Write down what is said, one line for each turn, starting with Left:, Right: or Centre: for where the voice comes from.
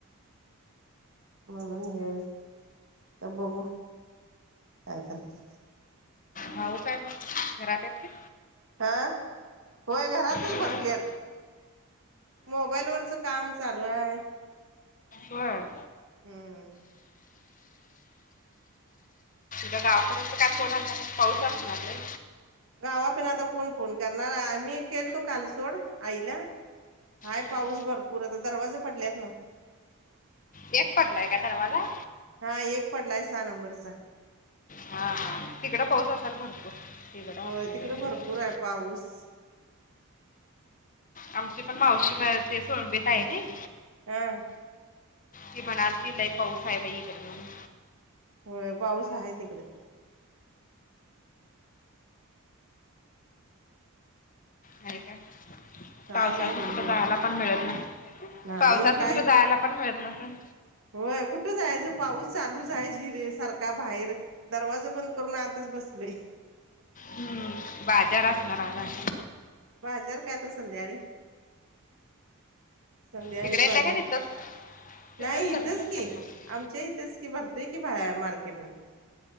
Right: म्हणून य... आता बघु... काय करत्यात?
Left: भाऊ काय मग. घरात आहेत का?
Right: हा.. होय घरातच
Left: सूरज
Right: बसल्यात. मोबाईल वरच काम चालू आहे.
Left: होय...
Right: हम्म
Left: गावाकडचं काय फोन आलता काय? पाऊस असणार लई..
Right: गावाकड आता कोण फोन करणार. आम्ही केलतो काल सोड. आईला... हाय.
Left: हा
Right: पाऊस भरपूर. आता दरवाजे पडल्यात नव्ह.
Left: एक पडलाय का दरवाजा?
Right: हा.. एक पडलाय सहा नंबर चा.
Left: हा -हा.. तिकड पाऊस असाल भरपूर. तिकडं आपल्याकडे
Right: होय... तिकड भरपूर
Left: ते
Right: आहे पाऊस.
Left: आमची पण मावशी ते... सोलंबित आहे नाय.
Right: <inaudible>
Left: ती म्हणालती लई पाऊस आहे. बाई इकड म्हणून..
Right: होय. पाऊस आहे तिकड.
Left: आहे का...
Right: काय
Left: पावसाळ्यात
Right: नाही बई
Left: कुठं
Right: निवांत
Left: जायला पण मिळत नाही.
Right: नाही
Left: पावसात
Right: काय
Left: न कुठ जायला पण मिळत नसलं.
Right: होय. कुठ जायचं पाऊस चालूच आहे. जिर... सारखा बाहेर. दरवाजा बंद करून. आतच बसलुय.
Left: हम्म... बाजार असणार आज आणि...
Right: बाजार काय आता संध्याकाळी. संध्याकाळी
Left: तिकडे
Right: बाजार.
Left: येतं का तिथंच
Right: नाही
Left: तिथंच
Right: इथच
Left: चंद्रात
Right: की.
Left: करतात
Right: आमच्या इथेच की भरतोय की बा.. मार्केट ला.